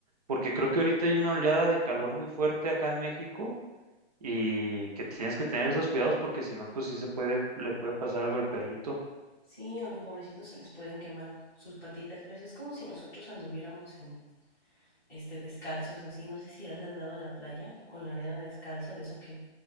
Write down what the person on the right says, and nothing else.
porque creo que ahorita hay una oleada de calor muy fuerte acá en México y que tienes que tener esos cuidados porque si no, pues sí se puede, le puede pasar algo al perrito.